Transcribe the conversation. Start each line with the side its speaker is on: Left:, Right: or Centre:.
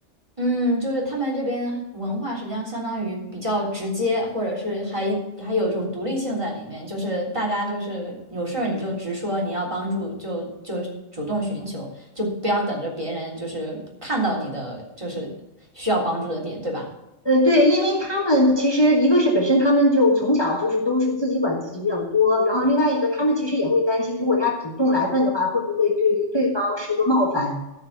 Right: 嗯，就是他们这边文化实际上相当于比较直接，或者是还还有一种独立性在里面，就是大家就是有事儿你就直说，你要帮助就就主动寻求，就不要等着别人就是看到你的就是需要帮助的点，对吧？
Left: 呃，对，因为他们其实一个是本身他们就从小就是都是自己管自己比较多，然后另外一个他们其实也会担心，如果他主动来问的话，会不会对于对方是一个冒犯？